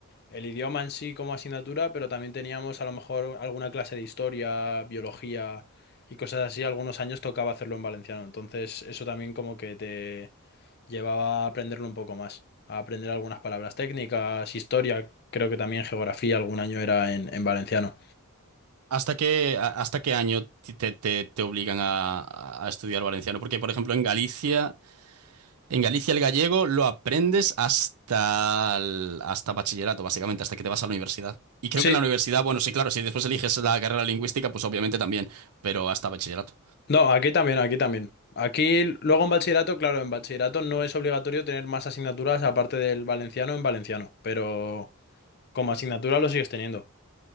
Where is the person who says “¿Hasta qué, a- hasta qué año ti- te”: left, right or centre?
Right